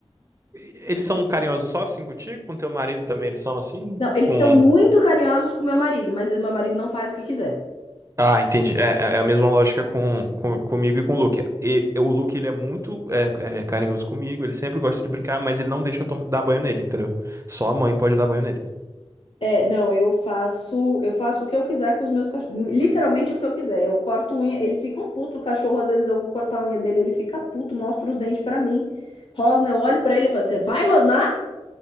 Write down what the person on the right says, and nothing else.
E Eles são carinhosos só assim contigo? Com teu marido também eles são assim?
Com
Ah, entendi. É, é é a mesma lógica com, com- comigo e com o Luke. E, o Luke, ele é muito é, é, carinhoso comigo, ele sempre gosta de brincar, mas ele não deixa eu tom- dar banho nele, entendeu? Só a mãe pode dar banho nele.